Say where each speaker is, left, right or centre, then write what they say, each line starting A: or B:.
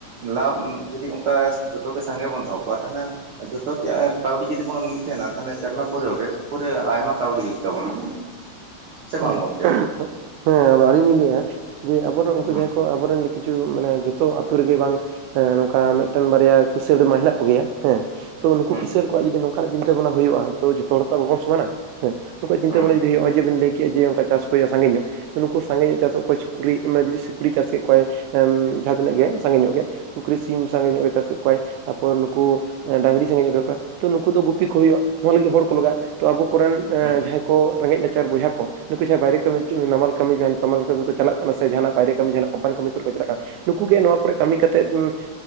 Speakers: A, on the right (about 50°); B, on the right (about 80°).
A: ᱞᱟᱵᱷ ᱡᱩᱫᱤ ᱚᱝᱠᱟ ᱡᱷᱚᱛᱚ ᱜᱮ ᱥᱟᱸᱜᱮ ᱵᱚᱱ ᱫᱚᱦᱚ ᱠᱚᱣᱟ ᱛᱟᱦᱞᱮ ᱡᱚᱛᱚ ᱡᱟ ᱮᱸ ᱠᱟᱹᱣᱰᱤ ᱡᱩᱫᱤ ᱵᱚᱱ ᱢᱤᱫᱴᱷᱮᱱᱟ ᱛᱟᱦᱞᱮ ᱥᱮᱨᱢᱟ ᱯᱩᱨᱟᱹ ᱨᱮ ᱯᱩᱨᱟᱹ ᱟᱭᱢᱟ ᱠᱟᱹᱣᱰᱤ ᱦᱩᱭᱩᱜ ᱛᱟᱵᱚᱱᱟ᱾ ᱥᱮ ᱵᱟᱝ
B: ᱦᱮᱸ
A: ᱜᱚᱝᱠᱮ
B: ᱟᱹᱞᱤᱧ ᱞᱤᱧ ᱞᱟᱹᱭᱮᱜᱼᱟ, ᱡᱮ ᱟᱵᱚ ᱫᱚ ᱩᱝᱠᱩ
A: ᱦᱩᱸ
B: ᱡᱟᱦᱟᱸᱭ ᱠᱚ ᱟᱵᱚ ᱨᱮᱱ ᱠᱤᱪᱩ ᱢᱟᱱᱮ ᱡᱚᱛᱚ ᱟᱛᱩ ᱨᱮ ᱜᱮ ᱵᱟᱝ ᱮᱸ ᱱᱚᱝᱠᱟ ᱢᱤᱫᱴᱮᱱ ᱵᱟᱨᱭᱟ ᱠᱤᱥᱟᱹᱲ ᱢᱟ ᱦᱮᱱᱟᱜ ᱠᱚ ᱜᱮᱭᱟ ᱦᱮᱸ᱾ ᱛᱚ ᱱᱩᱠᱩ
A: ᱦᱩᱸ
B: ᱠᱤᱥᱟᱹᱲ ᱠᱚᱣᱟᱜ
A: ᱦᱩᱸ
B: ᱡᱩᱫᱤ ᱱᱚᱝᱠᱟᱱᱟᱜ ᱪᱤᱱᱛᱟᱹ ᱵᱷᱟᱱᱟ ᱦᱩᱭᱩᱜᱼᱟ ᱛᱚ ᱡᱚᱛᱚ ᱦᱚᱲ ᱛᱚ ᱵᱟᱵᱚᱱ ᱥᱚᱢᱟᱱᱟ᱾ ᱦᱮᱸ ᱱᱩᱠᱩᱣᱟᱜ ᱪᱤᱱᱛᱟᱹ
A: ᱦᱩᱸ
B: ᱵᱷᱟᱵᱱᱟ ᱡᱩᱫᱤ ᱦᱩᱭᱩᱜ ᱦᱚᱸᱜᱼᱚᱭ ᱡᱮ ᱵᱮᱱ ᱞᱟᱹᱭ ᱠᱮᱜ ᱡᱮ ᱚᱝᱠᱟ ᱪᱟᱥ ᱠᱚ ᱦᱩᱭᱩᱜᱼᱟ ᱚᱝᱠᱟ ᱥᱟᱸᱜᱮ ᱧᱚᱜ᱾ ᱱᱩᱠᱩ ᱥᱟᱸᱜᱮ ᱧᱚᱜ ᱪᱟᱥᱚᱜ ᱠᱚᱣᱟᱭ ᱪᱷᱩᱠᱨᱤ ᱚᱱᱟ ᱡᱩᱫᱤ ᱥᱩᱠᱨᱤ ᱪᱟᱥ ᱠᱮᱫ ᱠᱚᱣᱟᱭ ᱮᱢ ᱡᱟᱦᱟᱸ ᱛᱤᱱᱟᱹᱜ ᱜᱮ ᱥᱟᱸᱜᱮ ᱧᱚᱜ ᱜᱮ ᱥᱩᱠᱨᱤ ᱥᱤᱢ ᱥᱟᱸᱜᱮ ᱧᱚᱜ ᱜᱮ ᱪᱟᱥ ᱠᱮᱫ ᱠᱚᱣᱟᱭ ᱛᱟᱨᱯᱚᱨ ᱱᱩᱠᱩ ᱰᱟᱹᱝᱨᱤ ᱥᱟᱸᱜᱤᱧ ᱫᱚᱦᱚ ᱠᱚᱣᱟ ᱛᱚ ᱱᱩᱠᱩ ᱫᱚ ᱜᱩᱯᱤ ᱠᱚ ᱦᱩᱭᱩᱜ-ᱟ ᱱᱚᱣᱟ ᱞᱟᱹᱜᱤᱫ ᱦᱚᱲ ᱠᱚ ᱞᱟᱜᱟᱜ-ᱟ ᱛᱚ ᱟᱵᱚ ᱠᱚ ᱨᱮᱱ ᱮᱸ
A: ᱦᱩᱸ
B: ᱡᱟᱦᱟᱸᱭ ᱠᱚ ᱨᱮᱸᱜᱮᱡ ᱱᱟᱪᱟᱨ ᱵᱚᱭᱦᱟ ᱠᱚ ᱱᱩᱠᱩ ᱡᱟᱦᱟᱸᱭ ᱵᱟᱭᱨᱮ ᱠᱟᱹᱢᱤ ᱪᱩ ᱱᱟᱢᱟᱞ ᱠᱟᱹᱢᱤ ᱛᱟᱢᱟᱞ ᱠᱟᱹᱢᱤ ᱠᱚ ᱪᱟᱞᱟᱜ ᱠᱟᱱᱟ ᱥᱮ ᱡᱟᱦᱟᱱᱟᱜ ᱵᱟᱭᱨᱮ ᱠᱟᱹᱢᱤ ᱡᱟᱦᱟᱱᱟᱜ ᱠᱚᱯᱟᱱ ᱠᱟᱹᱢᱤ ᱠᱚᱨᱮ ᱠᱚ ᱪᱟᱞᱟᱜ ᱠᱟᱱᱟ᱾ ᱱᱩᱠᱩ ᱜᱮ ᱱᱚᱶᱟ ᱠᱚᱨᱮ ᱠᱟᱹᱢᱤ ᱠᱟᱛᱮᱫ ᱩᱸ